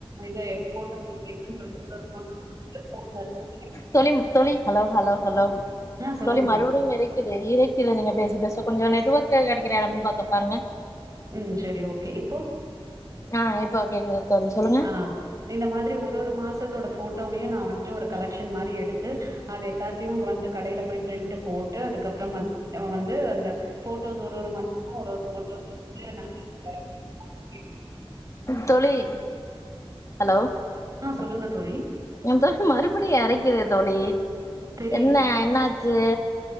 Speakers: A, on the right (about 35°); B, on the left (about 30°).
A: இத போட்டோஸ் சொல்ட் <unintelligible>
B: தோழி தோழி ஹலோ ஹலோ ஹலோ
A: ஆ சொல்லுங்க
B: தோழி மறுபடியும் ஈரைக்குது ஈரைக்குது நீங்க பேச பேச கொஞ்ச நெட் ஒர்க் கிடைக்கிற இடமா பாத்து உக்காருங்க
A: ம் செரி ஓகே இப்போ
B: ஆ இப்போ கேக்குது தோழி சொல்லுங்க
A: ஆ இந்த மாதிரி ஒரு ஒரு மாசத் தோட போட்டோவையும் நா வந்துட்டு ஒரு கலெக்ஷன் மாரி எடுத்து அது எல்லாத்தையும் வந்து கடையில போய் பிரிண்ட் போட்டு அதுக்கப்றோ நா வந்து அந்த போட்டோஸ் ஒரு ஒரு மந்த்க்கும் ஒரு ஒரு போட்டோஸ் <unintelligible>
B: தோழி ஹலோ
A: ஆ சொல்லுங்க தோழி
B: <unintelligible> மறுபடியும் எரைக்குது தோழி
A: தெரியல
B: என்ன என்னாச்சு